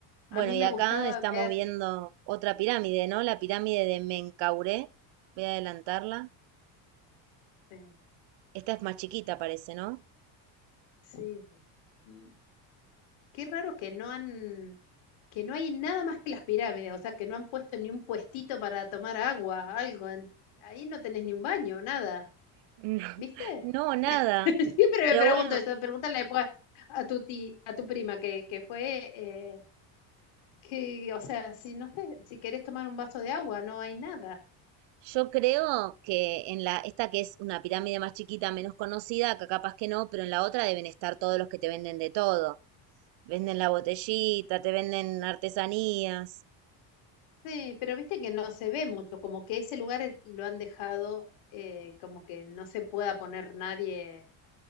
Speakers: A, on the left; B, on the right.
A: A
B: Bueno,
A: mí
B: y
A: me
B: acá
A: gustaba
B: estamos
A: ver,
B: viendo otra pirámide, ¿no? La pirámide de Menkauré. Voy a adelantarla.
A: sí.
B: Esta es más chiquita, parece, ¿no?
A: Sí. Mm. Qué raro que no han, que no hay nada más que las pirámides, o sea, que no han puesto ni un puestito para tomar agua, algo. en- Ahí no tenés ni un baño, nada.
B: <laughs> No,
A: ¿Viste?
B: no, nada.
A: <laughs> Siempre
B: Pero
A: me pregunto
B: bueno,
A: eso, pregúntale después a tu ti- a tu prima que, que fue, eh, que, o sea, si no sé, si querés tomar un vaso de agua, no hay nada.
B: yo creo que en la, esta que es una pirámide más chiquita, menos conocida, acá capaz que no, pero en la otra deben estar todos los que te venden de todo. Venden la botellita, te venden artesanías.
A: Sí, pero viste que no se ve mucho, como que ese lugar es- lo han dejado, eh, como que no se pueda poner nadie